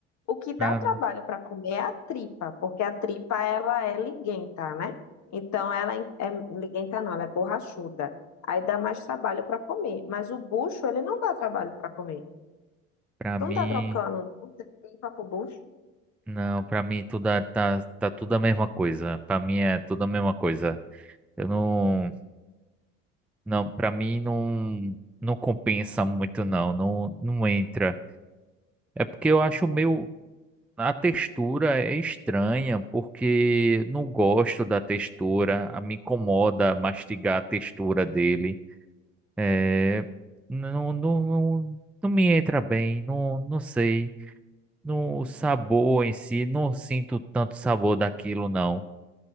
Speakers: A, on the left; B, in the centre.
A: O que dá
B: Pra,
A: trabalho para comer é a tripa, porque a tripa ela é liguenta, né? Então ela é é liguenta não, ela é borrachuda. Aí dá mais trabalho para comer, mas o bucho ele não dá trabalho para comer.
B: pra
A: Tu
B: mim,
A: não tá trocando o tripa com o bucho,
B: não, pra mim tudo a- tá, tá tudo a mesma coisa. Pra mim é tudo a mesma coisa. Eu não. Não, para mim não não compensa muito não, não não entra. É porque eu acho meio a textura é estranha, porque não gosto da textura, a- me incomoda mastigar a textura dele. É, não, não, não, não me entra bem, não, não sei. No, o sabor em si, não sinto tanto sabor daquilo não.